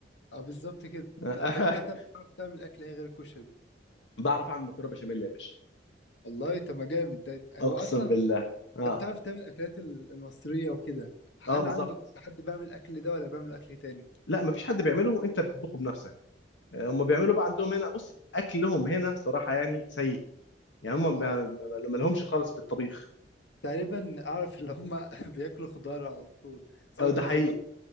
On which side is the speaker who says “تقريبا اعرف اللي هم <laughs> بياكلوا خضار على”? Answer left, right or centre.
Left